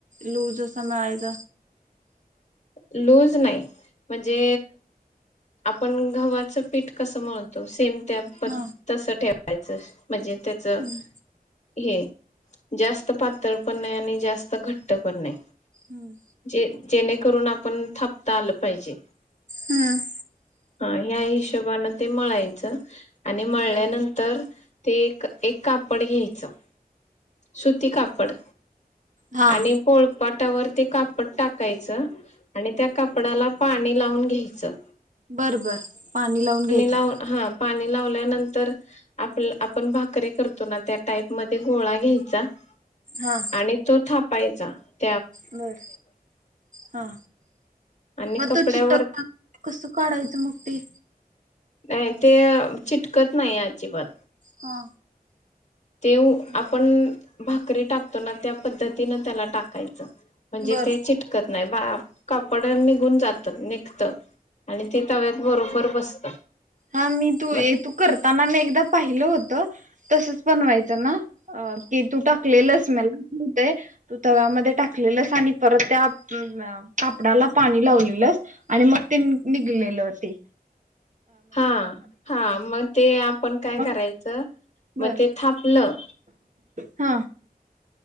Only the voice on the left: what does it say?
लूज नाही म्हणजे आपण ग्हाच पीठ कसं म्हणतो सेम त्या पण
तसं ठेवायचं म्हणजे त्याचं
हे जास्त पातळ पण नाही आणि जास्त घट्ट पण नाही
ज जेणे करून पण थापता आलं पाहिजे
हा ह्या हिशोबाने ते म्हळायचं आणि म्हळल्यानंतर
ते एक एक कापड घ्यायचं सुती कापड
आणि पोळपाटावर ते कापड टाकायचं आणि त्या कापडाला पाणी लावून घ्यायचं
लाव हा पाणी लावल्यानंतर आप आपण भाकरीे करतो ना त्या टाईप म गोळा घ्यायचा च्
आणि तो थपायचा अच्छा
आणि
कपड्यावर
नाही ते चिटकत नाही अजिबात
तेव
आपण भाकरी टाकतो ना त्या पद्धतीनं त्याला टाकायचं म्हणजे
ते चिटकत नाही बा कापड निघून जातात निघत आणि ते तव्यात बरोबर बसत
ब
हा हा मग ते आपण काय
करायचं
मग ते थापलं